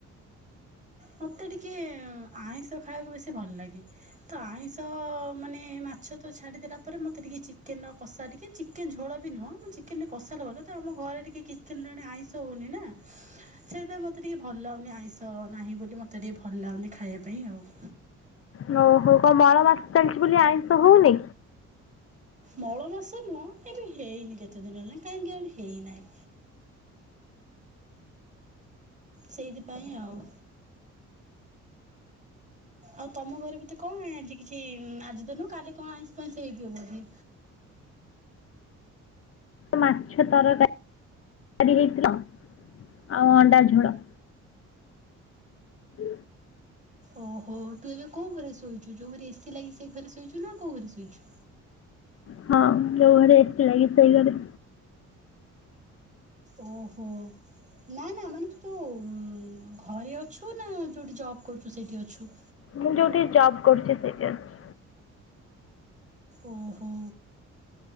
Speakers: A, on the right; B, on the left.
A: ମତେ ଟିକେ ଆଇଁଷ ଖାଇବାକୁ ବେଶୀ ଭଲ ଲାଗେ। ତ ଆଇଁଷ ମାନେ ମାଛ ତ ଛାଡ଼ିଦେଲା ପରେ ମୋତେ ଟିକେ ଚିକେନ୍ କଷା ଟିକେ ଚିକେନ ଝୋଳ ବି ନୁହଁ ଚିକେନ ଟିକେ କଷା ଲଭର ତ ଆମ ଘରେ ଟିକେ କିଛି ଦିନ ହେଲାଣି ଆଇଁଷ ହଉନି ନା ସେଥିପାଇଁ ମ- ମୋତେ ଟିକେ ଭଲ ଲାଗୁନି ଆଇଁଷ ନାହିଁ ବୋଲି ମୋତେ ଟିକିେ ଭଲ ଲାଗୁନି ଖାଇବା ପାଇଁ ଆଉ।
B: ହଉ ହଉ କଣ ମଳ ମାସି ଚାଲିଚି ବୋଲି ଆଇଁଷ ହଉନି?
A: ମଳ ମାସ ନୁହଁ ଏବେ ହେଇନି କେତେ ଦିନ ହେଲା କାହିଁକି ଆଣେ ହେଇନାହିଁ। ସେଇଥିପାଇଁ ଆଉ। ଆଉ ତମ ଘରେ ବିତ କଣ ଆଜି କିଛି ଆଜି ତ ନୁହଁ କାଲି କଣ ଆଇଁଷ ଫାଇଁଷ ହେଇଥିବ ବୋଧେ?
B: ମାଛ ତରକାରୀ ଆ ହେଇଥିଲା ଆଉ ଅଣ୍ଡା ଝୋଳ। ହ
A: ଓହୋ ତୁ ଏବେ କୋଉ ଘରେ ଶୋଇଚୁ ଯୋଉ ଘରେ ଏସି ଲାଗି ସେ ଘରେ ଶୋଇଚୁ ନା କୋଉ ଘରେ ଶୋଇଚୁ?
B: ହଁ ଯୋଉ ଘରେ ଏସି ଲାଗିଚି ସେଇ ଘରେ।
A: ଓହୋ। ନା ନା ମାନେ ତୁ ଯୋଉ ଘରେ ଅଛୁ ନା ଯୋଉଠି ଜବ କରୁଚୁ ସେଇଠି ଅଛୁ?
B: ମୁଁ ଯୋଉଠି ଜବ୍ କରୁଚି ସେଇଠି ଅଛି।
A: ଓହୋ।